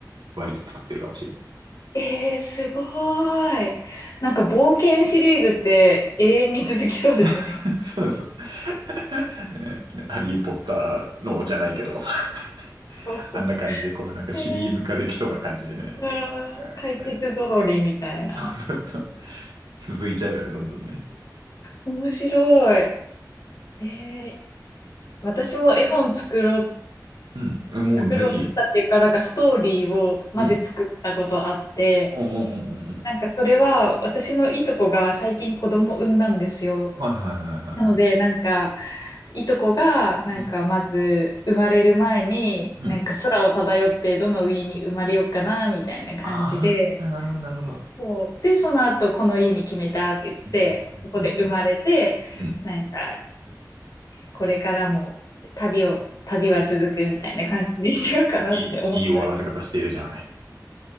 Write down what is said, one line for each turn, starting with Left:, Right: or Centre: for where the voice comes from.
Right: 割と作ってるかもしれない。
Left: ええすごーい。なんか冒険シリーズって永遠に続きそうですね。
Right: <laughs> そうそう。<laughs> ね、ねハリー・ポッターのじゃないけど <laughs>
Left: そうそう。
Right: あんな感じで、
Left: え
Right: こう、なんかシリーズ化できそうな感じでね。
Left: えあー解決ぞろりみたいな。
Right: なんかやってる <laughs> そうそうそう。続いちゃうよね、どんどんね。
Left: 面白い。ええ私も絵本作ろう、
Right: うん。うんもうぜひ。
Left: 作ろうとしたっていうか、なんかストーリーをまで作ったことあって、
Right: うん。うんうんうんうんうん。
Left: なんかそれは私のいとこが最近子供産んだんですよ。
Right: はいはいはいはいは
Left: なのでなんかいとこがなんかまず生まれる前になんか空を漂ってどの家に生まれようかなみたいな感じで、
Right: い。うん。うん。ああ、なるほどなるほど。
Left: そう。で、その後この家に決めたって言って、
Right: うんうんうんうん。
Left: そこで生まれて、
Right: うん
Left: なんかこれからも旅を、旅は続くみたいな感じにしようかなって思ったんです。
Right: いい、いい終わらせ方してるじゃない。